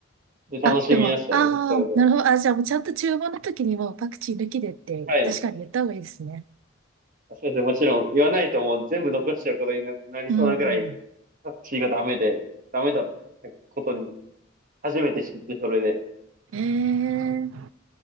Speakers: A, on the right; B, on the right.
A: で、楽しみましたね、
B: あ、でも、ああ、
A: それで。
B: なるほど。あ、じゃあもうちゃんと注文の時にもうパクチー抜きでって確かに言った方がいいですね。
A: はい。それでもちろん言わないともう全部残しちゃうことにな、なりそうなぐらい、
B: うん。
A: パクチーがダメで、ダメだったことに、初めて知ってそれで。
B: ええ